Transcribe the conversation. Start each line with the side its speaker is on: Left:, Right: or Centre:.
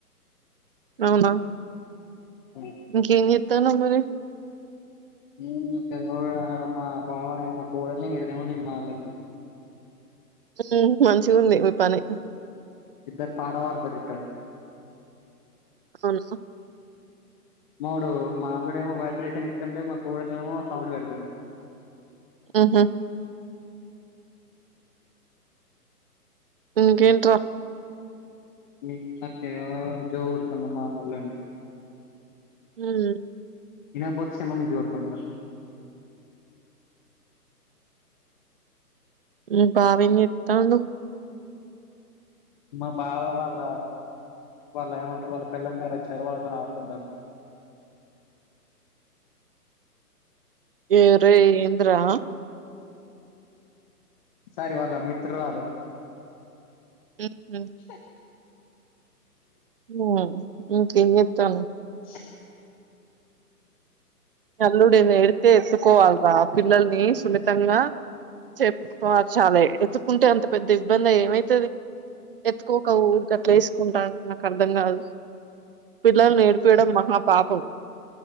Right: అవునా
Left: అ
Right: ఇంకేం జెత్తానవ్ మరి
Left: ఉ కదా రాడమ్మా బావర మా కోడల్ని తిడుతడేమోనని నేను మాట్లాడిన
Right: ఊ మంచిగుంది మీ పని
Left: ఇద్దరు పాట పాడతారు ఇక్కడ
Right: అవునా
Left: మావోడు మా అల్లుడేమో వైబ్రేషన్ ఇత్తుంటే మా కూడలేమో సౌండ్ పెడుతది
Right: ఆహ ఇంకేంట్ర
Left: నేన్ మాక్కయ్య జో కొడుతున్నాం మా అల్లుడ్ని
Right: <unintelligible>
Left: ఇనకపోతే చెంపమిద్నుంచి కొడుతుంది ఇగ
Right: మీ బావేంచెత్తాండు
Left: మా బావ వాళ్ళ వాళ్ళ ఏమంటారు వాళ్ళ పెళ్ళాం గారచ్చారు వాళ్ళతో ఆడుకుంటాను
Right: ఏయ్ రేయ్ ఎందిరా
Left: సారీ వాళ్ళ మిత్రురాలు
Right: <unintelligible>
Left: స
Right: హూ ఏం చేత్తానవ్
Left: స్
Right: నల్లుడిని ఎడిత్తే ఎత్తుకోవాలిరా పిల్లల్ని సునితంగా చెప్పు చాలే ఎత్తుకుంటే అంత పెద్ద ఇబ్బందే ఏమైతది ఎత్తుకోక ఊకె అట్ల వేసుకుంటార్రు నాకు అర్థం కాదు పిల్లల్ని ఏడిపియ్యడం మహా పాపం